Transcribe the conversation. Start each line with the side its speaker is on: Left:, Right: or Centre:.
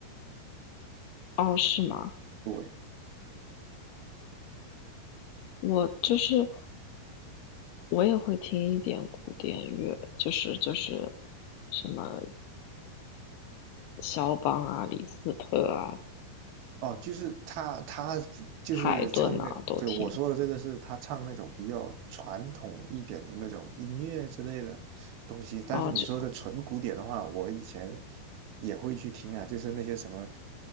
Left: 哦，是吗？
Right: 对，
Left: 我就是我也会听一点古典乐，就是就是什么肖邦啊、李斯特啊、
Right: 哦，就是他，他就是唱那，
Left: 海顿啊都听。
Right: 对，我说的这个是他唱那种比较传统一点的那种音乐之类的东西。但是你说的纯古典的话，
Left: 哦，就
Right: 我以前也会去听啊，就是那些什么，